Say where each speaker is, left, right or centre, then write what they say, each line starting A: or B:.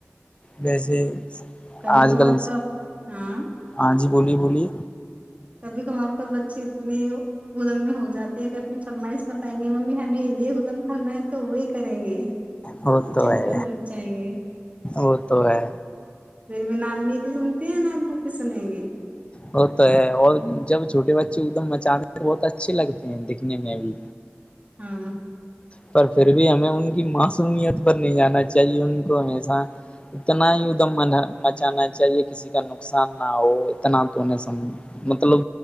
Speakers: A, on the left (about 25°); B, on the right (about 30°).
A: ویسے
B: کبھی
A: آج
B: کبھار
A: کل
B: تو آپ ہاں
A: آج ہی بولی بولی
B: کبھی کبھار تو بچے اتنے ادم میں ہو جاتے ہیں کہ اپنی فرمائش بتائیں گے ممی ہمیں یہ یہ ہودم کرنا ہے تو وہی کریں گے
A: وہ تو
B: جد
A: ہے
B: پہ مٹ جائیں گے
A: وہ تو ہے
B: پھر بھینا امی کی سنتی ہیں نہا ابو کی سنیں گی
A: ہوتا ہے اور جب چھوٹے بچے ایک دم مچانے ہیں تو بہت اچھے لگتے ہیں دیککھنے میں بھی
B: ہاں
A: پر پھر بھی ہمیں ان کی معصومیت پر نہیں جانا چاہیے ان کو ہمیشہ اتنا ہی ادھم مچانا چاہیے کسی کا نقصان نہ ہو اتنا تویں سم مطلب